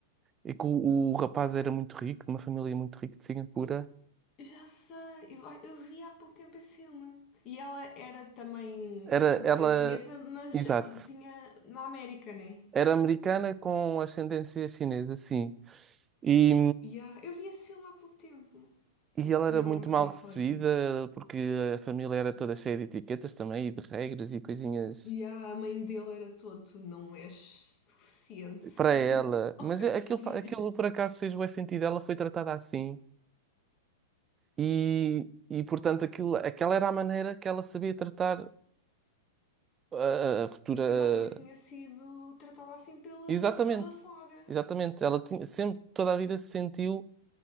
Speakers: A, on the right; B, on the left.
A: e que o, o rapaz era muito rico, de uma família muito rica de Singapura.
B: Eu já sei, eu, eu vi há pouco tempo esse filme. E ela era também,
A: Era
B: também
A: ela,
B: era chinesa, mas
A: exato,
B: tinha na América, né?
A: era americana com ascendência chinesa, sim. E,
B: Yeah, eu vi esse filme há pouco tempo.
A: e ela
B: Também
A: era muito
B: não me lembro
A: mal
B: como é
A: recebida
B: que ela é.
A: porque a família era toda cheia de etiquetas também e de regras e coisinhas
B: Yeah, a mãe dele era todo, tu não és suficiente
A: para
B: <laughs>
A: ela.
B: ao
A: Mas
B: meu
A: é,
B: filho.
A: aquilo, fa- aquilo por acaso fez bué sentido, ela foi tratada assim. E, e portanto, aquilo, aquela era a maneira que ela sabia tratar a, a futura.
B: Porque ela também tinha sido tratada assim pela,
A: Exatamente,
B: no- pela sogra.
A: exatamente. Ela tinha, sempre, toda a vida se sentiu